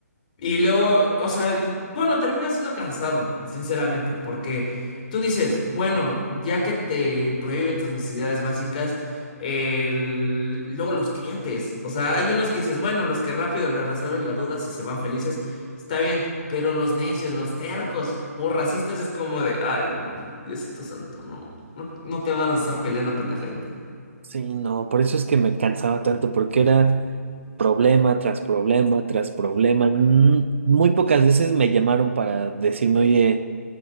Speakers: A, on the left; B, on the right.
A: Y luego, o sea, y bueno, termina siendo cansado, sinceramente, porque tú dices, bueno, ya que te prohíben tus necesidades básicas, el- luego los clientes, o sea, hay unos que dices, bueno, los que rápido les resuelven la duda si se van felices, está bien, pero los necios, los tercos o racistas es como de, ay, no, Diosito Santo, no, no, no te van a estar peleando con la gente.
B: Sí, no, por eso es que me cansaba tanto porque era problema tras problema tras problema. Mm, Muy pocas veces me llamaron para decirme, oye.